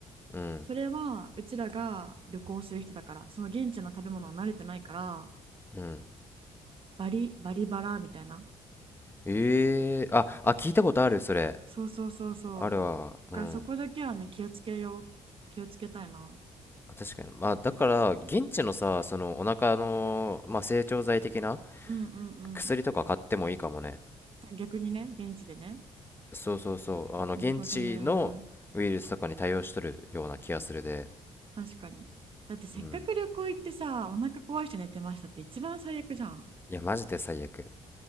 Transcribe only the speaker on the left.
うん
うん
ええーああ聞いたことあるそれ
あるわうん
確かにまあだから現地のさそのお腹のまあ成長剤的な
薬とか買ってもいいかもね
そうそうそう、あの、
現地のウイルスとかに対応しとるような気がするで、
うん。いや、マジで最悪。